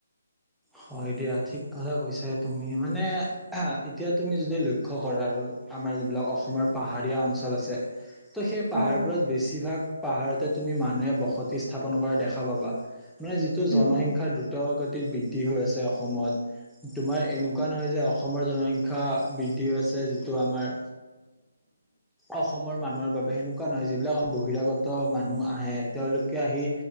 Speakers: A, in the centre; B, on the right.
A: হয় দিয়া ঠিক কথা কৈছাই তুমি মানে, এতিয়া তুমি যদি লক্ষ্য কৰা আৰু আমাৰ যিবিলাক অসমৰ পাহাৰীয়া অঞ্চল আছে ত' সেই পাহাৰবোৰত
B: হয়,
A: বেছিভাগ পাহাৰতে তুমি মানুহে বসতি স্থাপন কৰা দেখা পাবা। মানে যিটো জনসংখ্যা
B: উম,
A: দ্ৰুত গতিত বৃদ্ধি হৈ আছে অসমত তোমাৰ এনেকুৱা নহয় যে অসমৰ জনসংখ্যা বৃদ্ধি আছে যিটো আমাৰ
B: <inaudible>
A: অসমৰ মানুহৰ বাবে সেনেকুৱা নহয় যিবিলাক বহিৰাগত মানুহ আহে, তেওঁলোকে আহি